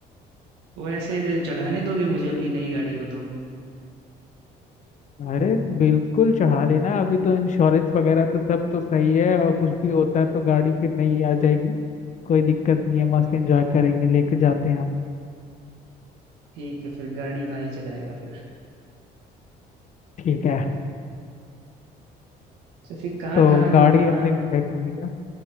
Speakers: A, on the right; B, on the left.
A: वैसे चढ़ाने दोगे मुझे अपनी नई गाड़ी को तुम
B: अरे बिल्कुल चढ़ा लेना अभी तो इंश्योरेंस वगैरह तो सब तो सही है और कुछ भी होता है तो गाड़ी फिर नई आ जाएगी कोई दिक्कत नहीं है मस्त एंजॉय करेंगे लेके जाते हैं हम
A: ठीक है फिर गाड़ी भाई चलाएगा फिर
B: ठीक है
A: तो फिर कहाँ
B: तो
A: कहाँ
B: गाड़ी
A: घूमना
B: हमने डिसाइड कर लिया